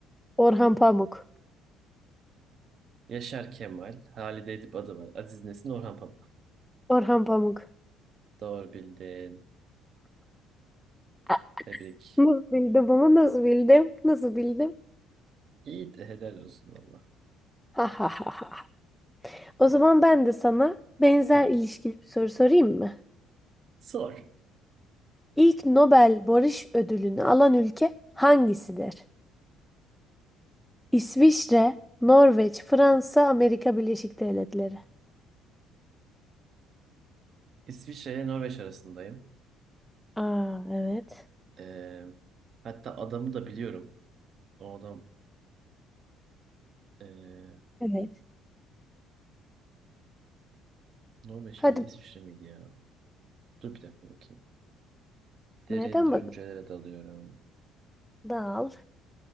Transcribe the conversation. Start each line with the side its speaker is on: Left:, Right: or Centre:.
Centre: Orhan Pamuk.
Right: Yaşar Kemal, Halide Edip adı var. Aziz Nesin, Orhan Pamuk.
Centre: Orhan Pamuk.
Right: Doğru bildin.
Centre: Ah,
Right: Tebrik.
Centre: Nasıl bildim ama nasıl bildim? Nasıl bildim?
Right: İyi de helal olsun valla.
Centre: Ha ha ha ha. O zaman ben de sana benzer
Right: Hı.
Centre: ilişkili bir soru sorayım mı?
Right: Sor.
Centre: İlk Nobel Barış Ödülünü alan ülke hangisidir? İsviçre, Norveç, Fransa, Amerika Birleşik Devletleri.
Right: İsviçre ile Norveç arasındayım.
Centre: Aa evet.
Right: Ee, hatta adamı da biliyorum. O adam ee,
Centre: Evet.
Right: Norveç
Centre: Hadi
Right: miydi, İsviçre miydi ya? Dur bir dakika bakayım. Derin
Centre: nereden
Right: düşüncelere
Centre: bak?
Right: dalıyorum.
Centre: Dal.